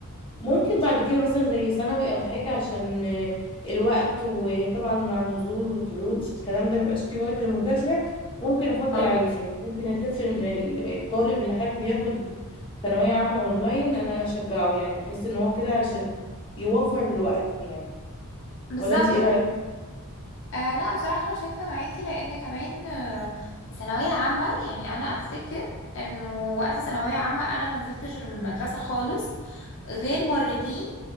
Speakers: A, on the left; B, on the left.
A: ممكن بعد كده مثلا زي ثانوي او حاجه عشان آه، الوقت وطبعا مع النزول والدروس والكلام ده مبيبقاش فيه وقت للمذاكره ممكن افضل
B: آه،
A: عادي يعني ممكن الطفل ال- الطالب اللي حابب ياخد ثانويه عامه اونلاين انا اشجعه يعني احس ان هو كده عشان يوفر الوقت يعني
B: بالظبط
A: ولا انت ايه رايك
B: آه لا بصراحه انا شايفه معاكي لان كمان آه، في ثانويه عامه يعني انا افتكر انه وقت ثانويه عامه انا منزلتش المدرسه خالص غير مرتين